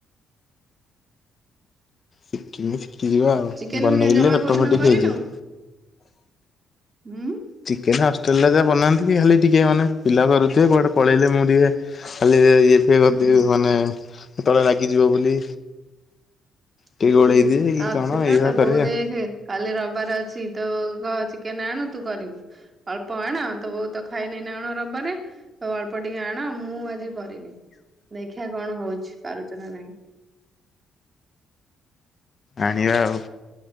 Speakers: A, on the left (about 45°); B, on the right (about 30°).
A: ଶିକମି ଶିଖିଯିବା ଆଉ।
B: ଚିକେନ
A: ବନେଇଲେ
B: ଫିକେନ ଜମା
A: ଅଟୋମେଟିକ୍
B: କୋଉଦିନ କରିନୁ?
A: ହେଇଯିବ।
B: ହୁଁ
A: ଚିକେନ ଅଷ୍ଟ୍ରେଲିଆ ଯା ବନାନ୍ତି କି ଖାଲି ଟିକେ ମାନେ ପିଲା କରୁଥେ କୁଆଡେ ପଳେଇଲେ ମୁଁ ଟିକେ। ଖାଲି ଇଏ କରିଦି
B: ହୁଁ
A: ମାନେ ତଳେ ଲାଗିଯିବ ବୋଲି। ଟିକେ
B: ହୁଁ
A: ଗୋଳେଇ ଦିଏ କି
B: ଆକ୍ଷୁତା
A: କଣ ଏଇଭଳିଆ
B: ତ
A: କରେ
B: ବହୁ
A: ଆଉ
B: ଦେଖ। କାଲି ରବିବାର ଅଛି ତୁ କ ଚିକେନ ଆଣୁ ତୁ କରିବୁ। ଅଳ୍ପ ଆଣ ତ ବହୁତ ତ ଖାଇନାଇ ନା ଆଣ ରବିବାରେ? ଅଳ୍ପ ଟିକେ ଆଣ। ମୁଁ, ଆଜି କରିବି। ଦେଖିବା କଣ ହଉଛି। ପାରୁଛ ନା ନାହିଁ।
A: ଆଣିବା ଆଉ।